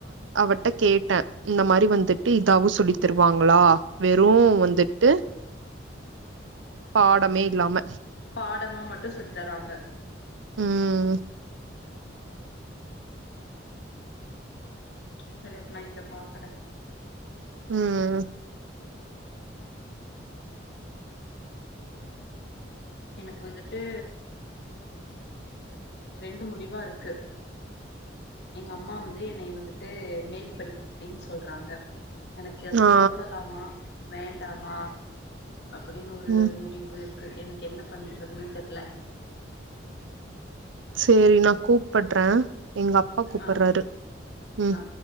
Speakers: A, on the right (about 80°); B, on the left (about 60°).
A: அவட்ட கேட்ட இந்த மாரி வந்து ட்டு இதாவு சொல்லித் தருவாங்ளா வெறு வந் ந்துட்டு பாடமே இல்லாம
B: பாடமா மட்டு சொல்லி தராங்க
A: ம்
B: சரி அப்ப நா இந்த பாக்கற
A: ம்
B: எனக்கு வந்துட்டு ரெண்டு முடிவா இருக்கு எங்க அம்மா வந்து என்னை வந்துட்டு மேல் படிப்பு படின் சொல்றாங்க எனக்கு அது
A: ஆ
B: போடலாமா வேண்டாமா அப்டினு ஒரு
A: ம்
B: முட் முடிவு இருக்கு எனக்கு என்ன பண்றதுனு தெர்ல
A: சேரி நா கூப்பட்ற எங்கப்பா கூப்பறாரு
B: ஆ
A: ம்
B: ஆ